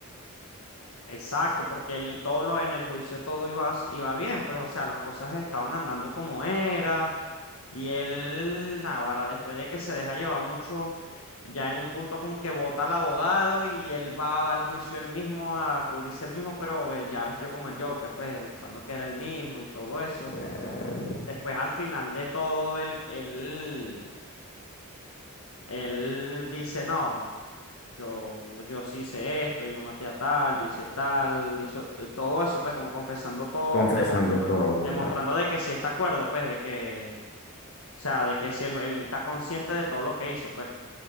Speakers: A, on the left; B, on the left.
A: Exacto, porque él, todo lo, en el juicio todo iba, s- iba bien, pues, o sea, las cosas estaban andando como era. Y él, náguara, después de que se deja llevar mucho, ya en un punto como que vota al abogado y él va, al juicio él mismo a cubrirse él mismo, pero ve- ya vestido como el Joker, pues, demostrando que era el mismo y todo eso.
B: Eh,
A: Después, al final de todo, él, él Él dice, no, yo, yo sí hice esto, yo maté a tal, yo hice tal, hizo t- todo eso, pues como confesando todo,
B: confesando
A: demostrando,
B: todo,
A: demostrando
B: claro.
A: de que sí está acuerdo, pues de que, o sea, de que sí él, él está consciente de todo lo que hizo, pues, o